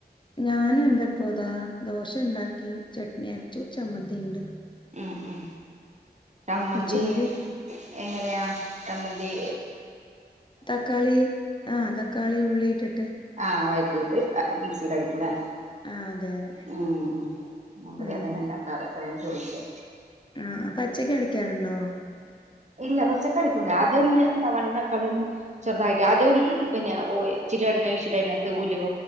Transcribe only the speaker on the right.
ഉം ഉം ച്ചമ്മന്തി
എങ്ങനെയാ ചമ്മതി.
ആഹ് വഴറ്റിയിട്ട്. അത് മിക്സില അടികുലേ..
ഉം ഉം ഞാൻഇമ്പടി.
അതന്നെ ണ്ടാക്കാറ് അതാ ഞാൻ ചോയിചെ.
ഇല്ല പച്ചക്കടികൂല. ആദ്യം ഒന്ന് സവാളി തക്കാളി ഒന്ന്. ചെറുതായിട്ട് അതും പിന്നെ ഒ ഇചിരി എണ്ണ ഒഴിച്ചിട്ട്. അതിനകത്ത് ഉലുവ